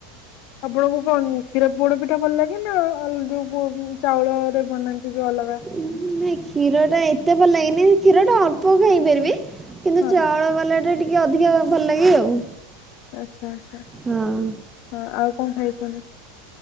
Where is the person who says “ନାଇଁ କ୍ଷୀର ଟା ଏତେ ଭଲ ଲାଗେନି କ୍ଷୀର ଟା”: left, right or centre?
Right